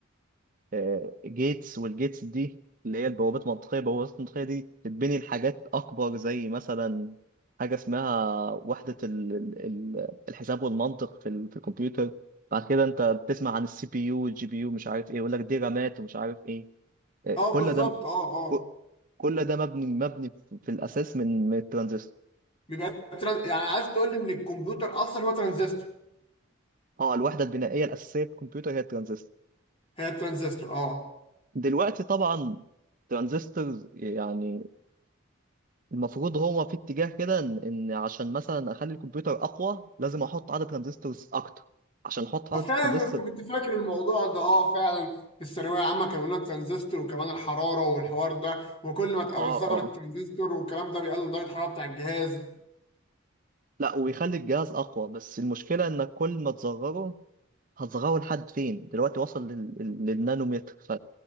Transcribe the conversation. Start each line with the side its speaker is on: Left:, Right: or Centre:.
Right: آه، جيتس والجيتس دي اللي هي البوابات المنطقية البوابات المنطقية دي تتبني لحاجات أكبر زي مثلا حاجة اسمها وحدة ال- ال- ال- الحساب والمنطق في ال- في الكمبيوتر بعد كده أنت بتسمع عن السي بي يو والجي بي يو مش عارف إيه يقول لك دي رامات ومش عارف إيه آه،
Left: اه
Right: كل
Left: بالظبط
Right: ده
Left: اه اه
Right: ك- كل ده مبني مبني في في الأساس من من الترانزستور
Left: بيبقى تران... يعني عايز تقول لي ان الكمبيوتر اصلا هو ترانزستور
Right: اه الوحدة البنائية الأساسية في الكمبيوتر هي الترانزستور
Left: هي الترانزستور اه
Right: دلوقتي طبعا الترانزستورز يعني المفروض هو في اتجاه كده ان إن عشان مثلا اخلي الكمبيوتر اقوى لازم احط عدد ترانزستورز اكتر عشان احط
Left: آه،
Right: عدد
Left: فاهم
Right: ترانزستور
Left: كنت فاكر الموضوع ده اه فعلا في الثانويه العامه كانوا لنا الترانزستور وكمان الحراره والحوار ده وكل ما تقوي
Right: اه
Left: ثغره
Right: اه
Left: الترانزستور والكلام ده بيقلل درجه الحراره بتاع الجهاز
Right: لا ويخلي الجهاز اقوى بس المشكله انك كل ما تصغره هتصغره لحد فين دلوقتي وصل لل... لل- للنانومتر ف